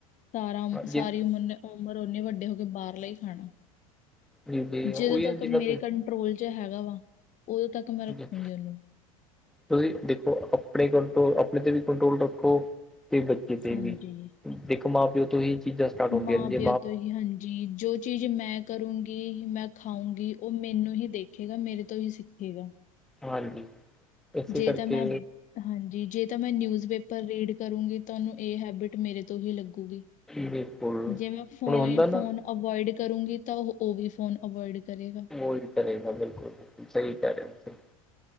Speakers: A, on the left (about 40°); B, in the centre.
A: ਸਾਰਾ ਸਾਰੀ
B: ਜੀ
A: ਉਮਰ ਉਮਰ ਓਨੇ ਵੱਡੇ ਹੋ ਕੇਏ ਬਾਹਰ ਲਈ ਹਾਂ,
B: ਜੀ ਜੀ
A: ਜਦੋਂ
B: ਉਹੀ ਹੈ
A: ਤੱਕ
B: ਜਿੰਨਾ
A: ਮੇਰੇ ਕੰਟਰੋਲ ਚ ਹੈਗਾ ਵਾ, ਉਦੋਂ ਤੱਕ ਮੈਂ ਰੱਖੂੰਗੀ
B: ਠੀਕ।
A: ਉਹਨੂੰ
B: ਤੁਸੀਂ ਦੇਖੋ ਆਪਣੇ ਕੰਟਰੋ ਆਪਣੇ ਤੇ ਵੀ ਕੰਟਰੋਲ ਰੱਖੋ ਤੇ ਬੱਚੇ ਤੇ
A: ਹਾਂਜੀ
B: ਵੀ। ਦੇਖੋ ਮਾਂ ਪਿਓ ਤੋਂ ਹੀ। ਚੀਜ਼ਾਂ ਸਟਾਰਟ ਹੁੰਦੀਆਂ
A: ਮਾਂ
B: ਨੇ ਜੇ
A: ਪਿਓ ਤੋਂ ਹੀ ਹਾਂਜੀ, ਜੋ ਚੀਜ਼ ਮੈਂ ਕਰੂੰਗੀ। ਕਿ ਮੈਂ ਖਾਊਂਗੀ, ਉਹ ਮੈਨੂੰ ਹੀ ਦੇਖੇਗਾ, ਮੇਰੇ ਤੋਂ ਹੀ ਸਿੱਖੇਗਾ।
B: ਹਾਂਜੀ, ਇਸੇ
A: ਜੇ
B: ਕਰਕੇ
A: ਤਾਂ ਮੈਂ ਹਾਂਜੀ ਜੇ ਤਾਂ ਮੈਂ ਨਿਊਜ਼ ਪੇਪਰ ਰੀਡ ਕਰੂੰਗੀ, ਤੁਨੂੰ ਇਹ ਹੈਬਿਟ ਮੇਰੇ ਤੋਂ ਹੀ ਲੱਗੂਗੀ।
B: ਬਿਲਕੁਲ
A: ਜਿਵੇਂ ਫੋਨ-ਫੋਨ
B: ਹੁਣ ਹੁੰਦਾ ਨਾ
A: ਅਵੋਇਡ ਕਰੂੰਗੀ, ਤਾਂ ਉਹ-ਉਹ ਵੀ ਫੋਨ ਅਵੋਇਡ ਕਰੇਗਾ।
B: ਉਹਹੀ ਕਰੇਗਾ, ਬਿਲਕੁਲ-ਬਿਲਕੁਲ ਸਹੀ ਕਹਿ ਰਹੇ ਤੁਸੀ